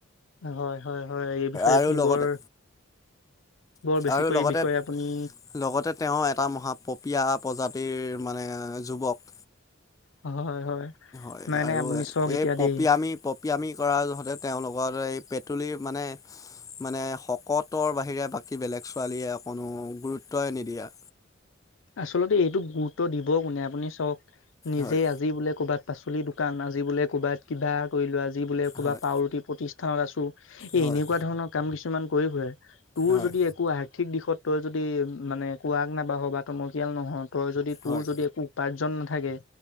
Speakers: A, on the left; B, on the left.
A: হয়, হয়, হয়। এই বিষয়ে
B: আৰু
A: আপুনি
B: লগতে
A: বৰ বৰ বেছিকৈ
B: আৰু লগতে
A: এই বিষয়ে আপুনি
B: লগতে তেওঁ এটা মহা পপীয়া প্ৰজাতিৰ মানে যুৱক।
A: হয়, হয়, হয়।
B: এ
A: নাই
B: আৰু
A: নাই আপুনি চাওক এতিয়া
B: এই পপিয়ামি
A: দেই
B: পপিয়ামি কৰা হঁতে তেওঁলোকৰ এই পেটুলি মানে মানে শকতৰ বাহিৰে বাকী বেলেগ ছোৱালীয়ে অকনো গুৰুত্বই নিদিয়ে।
A: আচলতে এইটো গুৰুত্ব দিব কোনে, আপুনি চাঁওক নিজেই
B: হয়
A: আজি বোলে ক'ৰবাত পাচলি দোকান, আজি বোলে ক'বাত কিবা কৰিলো আজি বোলে ক'বাত
B: হয়
A: পাউৰুটি প্ৰতিষ্ঠানত আছোঁ। এই
B: হয়
A: এনেকুৱা ধৰণৰ কাম কিছুমান কৰি ফুৰে। তোৰ
B: হয়
A: যদি একো আৰ্থিক দিশত তই যদি মানে একো আগ নেবাহ বা টমকিয়াল নহ, তই যদি তোৰ
B: হয়
A: যদি একো উপাৰ্জন নাথাকে